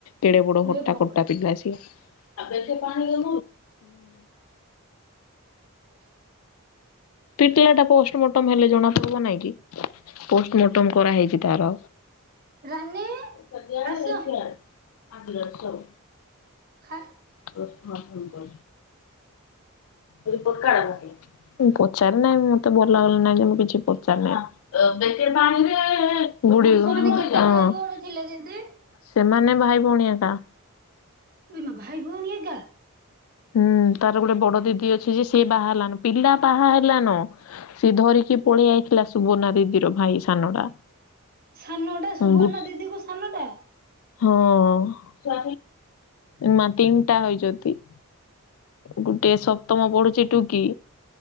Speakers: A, on the left (about 70°); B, on the right (about 40°).
A: କେଡେ ବଡ
B: ହେ
A: ହଟା
B: ଭଗବାନ
A: ଖଟା ପିଲା ସିଏ ଆ ପାଣି <unintelligible> ପିଟିଲା ଟା ପୋଷ୍ଟମର୍ଟମ ହେଲେ ଜଣା ପଡିବ ନାଇଁ କି? ପୋଷ୍ଟମର୍ଟମ କରାହେଇଛି ତାର।
B: ରାନୀ
A: ପଇସା
B: ଆସ।
A: ଦଆଛି ଆଠ ଲସ <inaudible>
B: ଖଁ <inaudible>
A: ପ୍ରଶ ମାସ <inaudible> ମୁଁ ପଚାରେ ନାଇ ମତେ ଭଲ ଭଲ ନାଗେନି କିଛି ପଚାରେ ନାଇଁ। ହଁ।
B: ସେମାନେ କେତେ ଭାଇ ଭଉଣୀ
A: <inaudible>
B: ଥିଲେ ଦିଦି?
A: ସେମାନେ ଭାଇ ଭଉଣି ଏକା।
B: ଓଇମା ଭାଇ ଭଉଣୀ ଏକା?
A: ହୁଁ ତାର ଗୋଟେ ବଡ ଦିଦି ଅଛି ଯେ ସିଏ ବାହାହେଲାଣ। ପିଲା ବାହା ହେଲାନ ସିଏ ଧରିକି ପଳେଇ ଆଇଥିଲା ସୁବର୍ଣ୍ଣା ଦିଦିର ଭାଇ ସାନଟା।
B: ସାନଟା ସୁବର୍ଣ୍ଣ
A: ଗୁ
B: ଦିଦିଙ୍କ ସାନଟା?
A: ହଁ ଏମା ତିନିଟା ହୋଇଚତି। ଗୁଟେ ସପ୍ତମ ପଢୁଛି ଟୁକି